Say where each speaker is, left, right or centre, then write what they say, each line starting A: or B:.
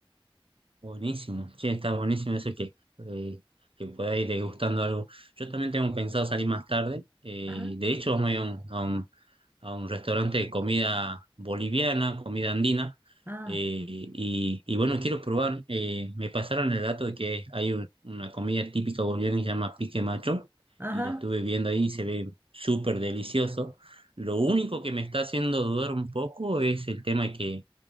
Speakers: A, on the right; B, on the right.
A: Buenísimo, sí, está buenísimo eso que, eh, que pueda ir degustando algo. Yo también tengo pensado salir más tarde. eh,
B: Ajá,
A: de hecho, vamos a ir a un, a un- a un restaurante de comida boliviana, comida andina.
B: ah,
A: eh, y, y bueno, quiero probar. eh, me pasaron el dato de que hay un- una comida típica boliviana que se llama pique macho.
B: ajá,
A: Y la estuve viendo ahí y se ve súper delicioso. Lo único que me está haciendo dudar un poco es el tema de que